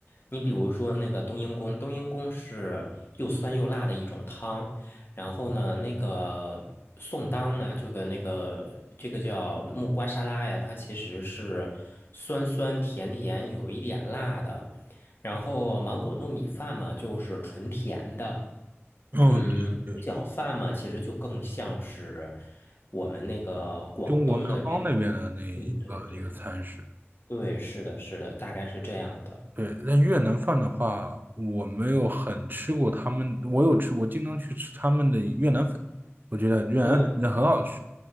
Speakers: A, on the left (about 55°); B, on the right (about 45°).
A: 你比如说那个冬阴功，冬阴功是又酸又辣的一种汤。然后呢，那个宋当呢，就跟那个这个叫木瓜沙拉呀，它其实是酸酸甜甜，有一点辣的。然后芒果糯米饭嘛，就是纯甜的。
B: 哦，
A: 嗯，
B: 对对，
A: 猪脚饭嘛，其实就更像是我们那个广东的这个，
B: 中国南方那边的那一个一个餐食。
A: 对对对对，是的，是的，大概是这样的。
B: 对，但越南饭的话，我没有很吃过他们，我有吃，我经常去吃他们的越南粉，我觉得越南粉真的很好吃。
A: 对